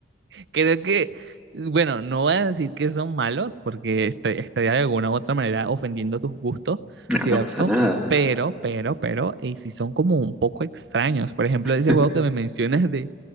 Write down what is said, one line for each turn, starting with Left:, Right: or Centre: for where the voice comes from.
Right: creo que, bueno, no voy a decir que son malos, porque esta- estaría de alguna u otra manera ofendiendo tus gustos,
Centre: No,
Right: ¿cierto?
Centre: no pasa nada.
Right: Pero, pero, pero, y si son como un poco extraños. Por ejemplo,
Centre: <laughs>
Right: ese juego que me mencionas de,